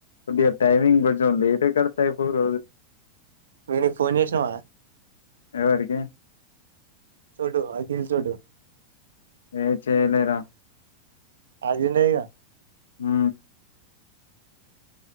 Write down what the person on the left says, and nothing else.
కొద్దిగా టైమింగ్ కొంచెం లేట్ కడతా అయిపోదు
ఎవరికి
ఏ చేయలేరా
హూ